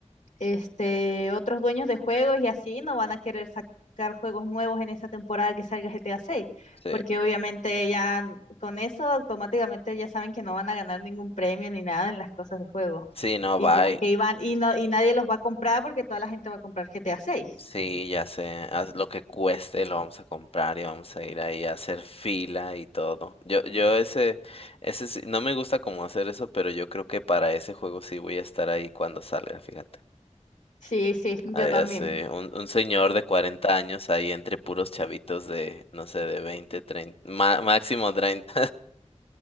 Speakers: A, on the left; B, on the left.
A: este otros dueños de juegos y así no van a querer sacar juegos nuevos en esa temporada que salga GTA 6,
B: Sí.
A: porque obviamente ya mm, con eso automáticamente ya saben que no van a ganar ningún premio ni nada en las cosas de juego.
B: Sí, no, bye.
A: Y como que iban y no y nadie los va a comprar porque toda la gente va a comprar GTA 6.
B: Sí, ya sé. Haz lo que cueste, lo vamos a comprar y vamos a ir ahí a hacer fila y todo. Yo, yo ese, ese sí- no me gusta como hacer eso, pero yo creo que para ese juego sí voy a estar ahí cuando salga, fíjate.
A: Sí, sí, yo
B: Ah, ya
A: también.
B: sé, un, un señor de 40 años ahí entre puros chavitos de, no sé, de 20 30 ma- máximo treinta